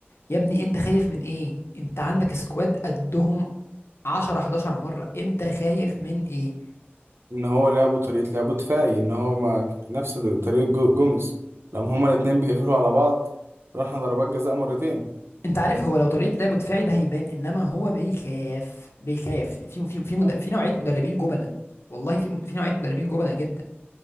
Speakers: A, on the left (about 75°); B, on the right (about 80°).
A: يا ابني انت خايف من ايه انت عندك سكواد قدهم 10 11 مره انت خايف من ايه
B: ان هو لعبه طريقة لعبه دفاعي ان هو ما نفس طريقة جو- جوميز لما هما الاتنين بيقفلوا على بعض راحنا ضربات جزاء مرتين
A: انت عارف هو لو طريقه لعبه دفاعي ده هيبان انما هو بيخاف بيخاف في في في مد...
B: أه.
A: في نوعيه مدربين جبنه والله في في نوعيه مدربين جبنه جدا